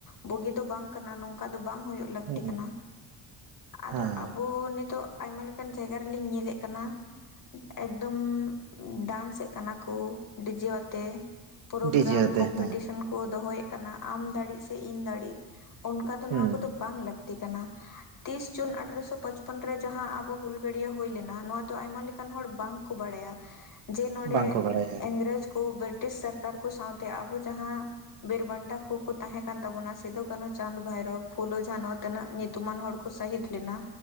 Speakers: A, on the left (about 40°); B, on the right (about 80°).
A: ᱵᱩᱜᱤ ᱫᱚ ᱵᱟᱝ ᱠᱟᱱᱟ ᱱᱚᱝ ᱚᱱᱠᱟ ᱫᱚ ᱵᱟᱝᱳ ᱞᱟᱹᱠᱛᱤ
B: ᱦᱩᱸ
A: ᱠᱟᱱᱟ ᱟᱫᱚ
B: ᱦᱮᱸ
A: ᱟᱵᱚ ᱱᱤᱛᱚᱜ ᱟᱭᱢᱟ ᱞᱮᱠᱟᱱ ᱡᱟᱭᱜᱟ ᱨᱮᱞᱤᱧ ᱧᱮᱞᱮᱫ ᱠᱟᱱᱟ᱾ ᱮᱠᱫᱚᱢ ᱰᱟᱱᱥᱮᱫ ᱠᱟᱱᱟ ᱠᱚ ᱰᱤᱡᱮ ᱟᱛᱮ᱾ ᱯᱨᱳᱜᱨᱟᱢ
B: ᱰᱤᱡᱮ ᱟᱛᱮ
A: ᱠᱚᱢᱯᱤᱴᱤ
B: ᱦᱮᱸ
A: ᱠᱚ ᱫᱚᱦᱚᱭᱮᱫ ᱠᱟᱱᱟ ᱟᱢ ᱫᱟᱲᱮᱜ ᱥᱮ ᱤᱧ ᱫᱟᱲᱮᱜ ᱚᱱᱠᱟ ᱫᱚ
B: ᱦᱩᱸ
A: ᱱᱚᱣᱟ ᱠᱚᱫᱚ ᱵᱟᱝ ᱞᱟᱹᱠᱛᱤ ᱠᱟᱱᱟ᱾ ᱛᱤᱥ ᱡᱩᱱ ᱟᱴᱷᱨᱚ ᱯᱚᱪᱯᱚᱱ ᱨᱮ ᱡᱟᱦᱟᱸ ᱟᱵᱚ ᱦᱩᱞ ᱜᱟᱹᱲᱭᱟᱹ ᱦᱩᱭ ᱞᱮᱱᱟ ᱱᱚᱣᱟ ᱫᱚ ᱟᱭᱢᱟ ᱞᱮᱠᱟ᱾ ᱚᱱᱠᱟᱱ ᱦᱚᱲ ᱵᱟᱝ ᱠᱚ ᱵᱟᱲᱟᱭᱟ᱾
B: <inaudible>
A: ᱡᱮ ᱱᱚᱸᱰᱮ
B: ᱵᱟᱝᱠᱚ ᱵᱟᱲᱟᱭᱟ
A: ᱤᱝᱨᱮᱡᱽ ᱠᱚ ᱵᱨᱤᱴᱤᱥ ᱥᱚᱨᱠᱟᱨ ᱠᱚ ᱥᱟᱶᱛᱮ ᱟᱵᱚ ᱡᱟᱦᱟᱸ ᱵᱤᱨᱵᱟᱱᱴᱟ ᱠᱚ ᱠᱚ ᱛᱟᱦᱮᱸ ᱠᱟᱱ ᱛᱟᱵᱚᱱᱟ ᱥᱤᱫᱩ ᱠᱟᱹᱱᱦᱩ ᱪᱟᱸᱫᱽ ᱵᱷᱟᱭᱨᱳ ᱯᱷᱩᱞᱳ ᱡᱷᱟᱱᱚ ᱛᱤᱱᱟᱹᱜ ᱧᱩᱛᱩᱢᱟᱱ ᱦᱚᱲ ᱠᱚ ᱥᱟᱹᱦᱤᱫ ᱞᱮᱱᱟ